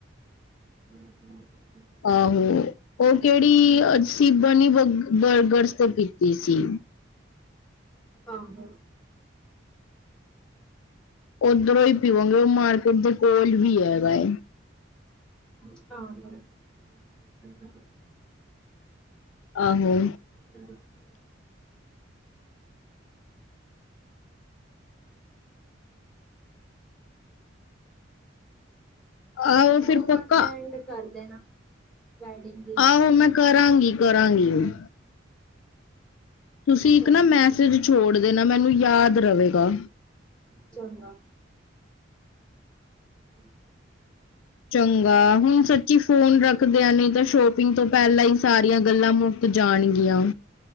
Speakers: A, in the centre; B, on the left.
A: <inaudible>
B: ਆਹੋ, ਓ ਕੇੜੀ ਅਸੀ ਬਨੀ ਬ ਬਰਗਰਸ ਤੋ ਕੀਤੀ ਸੀ।
A: ਆਹੋ।
B: ਓਦਰੋਂ ਈ ਪੀਵਾਂਗੇ ਓ ਮਾਰਕੀਟ ਦੇ ਕੋਲ ਵੀ ਐਗਾ ਏ।
A: ਹਾਂ-ਹਾਂ।
B: ਆਹੋ।
A: ਬਿਲਕੁਲ ਜੀ। ਤੁਸੀਂ
B: ਆਹੋ
A: ਪੋਟਵਾ
B: ਫਿਰ ਪੱਕਾ
A: ਸੈਂਡ ਕਰਦੇ ਨਾ ਵੈਡਿੰਗ ਦੀ
B: ਆਹੋ ਮੈਂ ਕਰਾਂਗੀ ਕਰਾਂਗੀ ਹੁਣ ਤੁਸੀਂ
A: ਚੰਗਾ।
B: ਇੱਕ ਨਾ ਮੈਸੇਜ ਛੋੜ ਦੇਣਾ ਮੈਨੂੰ ਯਾਦ ਰਵੇਗਾ
A: ਚੰਗਾ <inaudible>
B: ਚੰਗਾ ਹੁਣ ਸੱਚੀ ਫੋਨ ਰੱਖ ਕਦੇਆਣੇ ਨੇ ਤਾਂ ਸ਼ੋਪਿੰਗ ਤੋਂ ਪੈਂਲਾਂ ਈ ਸਾਰੀਆਂ ਗੱਲਾਂ ਮੁੱਕ ਜਾਣਗੀਆਂ।